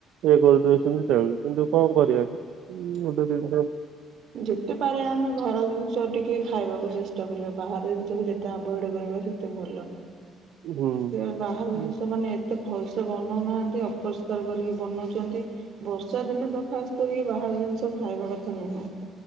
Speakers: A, on the right; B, on the right.
A: ଇଏ କରିଦଉଛନ୍ତି ଚାହି କିନ୍ତୁ କଣ କରିଆ ଗୋଟେ ଜିନିଷ
B: ଯେତେ ପାରିବା ଆମେ ଘର ଜିନିଷ ଟିକେ ଖାଇବାକୁ ଚେଷ୍ଟା କରିବା ବାହାର ଜିନିଷକୁ ଯେ ତେ ଆଭଡ କରିବା ସେତେ ଭଲ
A: ହୁଁ।
B: ସେ ବାହାର ଜିନିଷ ମାନେ ଏତେ ଭଲସେ ବନାଉନାହାଁନ୍ତି ଅପରିଷ୍କାର କରିକି ବନାଉଛନ୍ତି ବର୍ଷା ଦିନେ ଦ ଖାସ୍ କରିକି ବାହାର ଜିନିଷ ଖାଇବା କଥା ନୁହେଁ